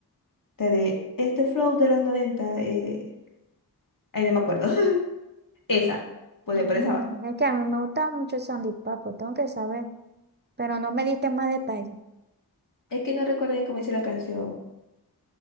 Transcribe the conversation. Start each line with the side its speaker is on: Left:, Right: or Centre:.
Left: la de este flow de los 90 eh, ay, no me acuerdo. <laughs> Esa, pues
Right: Mm,
Left: por esa va.
Right: es que a mí me gustaba mucho el sandipapo, tengo que saber, pero no me diste más detalles.
Left: Es que no recuerdo bien cómo dice la canción.